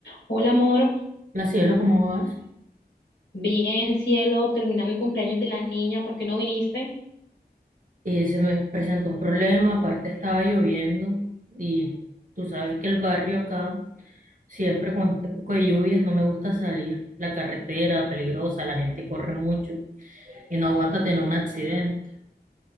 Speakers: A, on the left (about 80°); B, on the right (about 50°).
A: Hola, amor.
B: La cielo, ¿cómo vas?
A: Bien, cielo, terminando el cumpleaños de la niña, ¿por qué no viniste?
B: Eh, se me presentó un problema, aparte estaba lloviendo y tú sabes que el barrio acá, siempre con este poco de lluvias, no me gusta salir. La carretera peligrosa, la gente corre mucho y no aguanta tener un accidente.